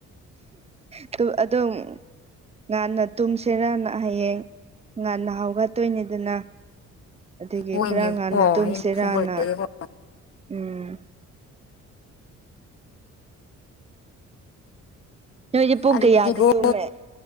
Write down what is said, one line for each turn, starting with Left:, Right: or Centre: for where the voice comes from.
Right: ꯑꯗꯨꯝ ꯑꯗꯨꯝ ꯉꯥꯟꯅ ꯇꯨꯝꯁꯤꯔꯅ ꯍꯌꯦꯡ ꯉꯥꯟꯅ ꯍꯥꯎꯒꯠꯇꯨꯏꯅꯤꯗꯅ ꯑꯗꯨꯒꯤ
Left: ꯍꯣꯏꯅꯦꯀꯣ
Right: ꯈꯔ ꯉꯥꯟꯅ ꯇꯨꯝꯁꯤꯔꯥꯅ
Left: ꯍꯌꯦꯡ ꯐꯨꯠꯕꯣꯜ ꯂꯩꯌꯦꯀꯣ
Right: ꯎꯝ ꯅꯣꯏꯖꯧ ꯄꯨꯡ
Left: ꯑꯗꯨꯗꯤ
Right: ꯀꯌꯥꯗ
Left: ꯒꯣꯜ
Right: ꯇꯨꯝꯃꯦ